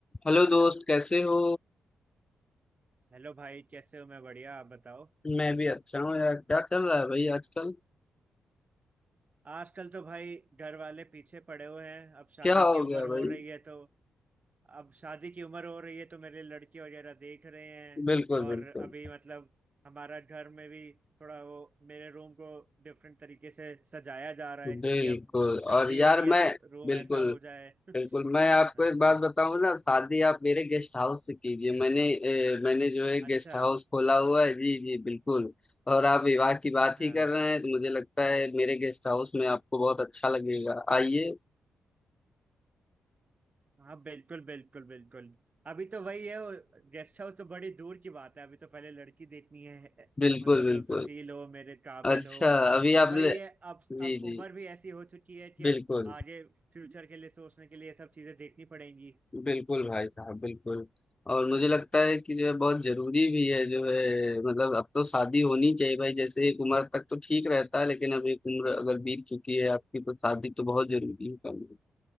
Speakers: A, on the left; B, on the right.
A: Hello दोस्त कैसे हो
B: Hello भाई कैसे हो मैं बढ़िया आप बताओ
A: मैं भी अच्छा हूँ यार क्या चल रहा है भाई आजकल
B: आजकल तो भाई घर वाले पीछे पड़े हुए हैं अब शादी
A: क्या हो
B: की उम्र
A: गया भाई
B: हो रही है तो अब शादी की उम्र हो रही है तो मेरे लिए लड़की वगैरह देख रहे हैं
A: बिल्कुल
B: और
A: बिल्कुल
B: अभी मतलब हमारा घर में भी थोड़ा वो मेरे रूम को डिफरेंट तरीके से सजाया जा रहा है
A: बिल्कुल
B: क्योंकि अब शादी
A: और यार
B: होनी है
A: मैं
B: तो रूम
A: बिल्कुल
B: ऐसा हो जाए <laughs> हाँ
A: बिल्कुल मैं आपको एक
B: जी
A: बात बताऊँ ना शादी आप मेरे गेस्ट हाउस से कीजिए मैंने ए, मैंने जो है
B: अच्छा
A: गेस्ट हाउस खोला हुआ है जी जी बिल्कुल और आप विवाह की बात
B: हाँ
A: ही कर रहे हैं तो मुझे लगता है मेरे गेस्ट हाउस में आपको बहुत अच्छा लगेगा आइए
B: हाँ बिल्कुल बिल्कुल बिल्कुल अभी तो वही है वो गेस्ट हाउस तो बड़ी दूर की बात है अभी तो पहले लड़की देखनी है
A: बिल्कुल
B: मतलब
A: बिल्कुल
B: जो सुशील हो मेरे काबिल
A: अच्छा
B: हो
A: अभी
B: और
A: आपने
B: वही है अब अब
A: जी जी
B: उम्र भी ऐसी हो चुकी है कि अब
A: बिल्कुल
B: आगे फ्यूचर के लिए सोचने के लिए ये सब चीजें देखनी पड़ेंगी
A: बिल्कुल भाई साहब बिल्कुल और मुझे लगता है कि जो है बहुत जरूरी भी है जो है मतलब अब तो शादी होनी चाहिए भाई जैसे एक उम्र तक तो ठीक रहता है लेकिन अब एक उम्र अगर बीत चुकी है आपकी तो शादी तो बहुत जरूरी है करनी